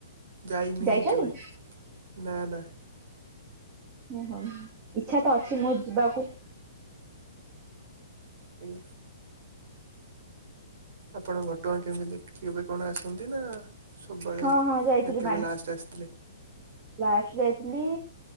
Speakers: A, on the right; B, on the right.
A: ଯାଇନି
B: ଯାଇଛନ୍ତି
A: କେବେ ନା ନା।
B: ହୁଁ ହଉ ଇଚ୍ଛା ତ ଅଛି ମୋ ଯିବାକୁ
A: ଆଜ୍ଞା। ଆପଣ ଘଟଗାଁ କେମିତି କେବେ କଣ ଅଛନ୍ତି ନା? ସବୁବେଳେ
B: ହଁ ହଁ ଯାଇଥିଲି
A: ନା କେବେ
B: ମାନ
A: ଲାଷ୍ଟ ଆସିଥିଲେ?
B: ଲାଷ୍ଟ ଯାଇଥିଲି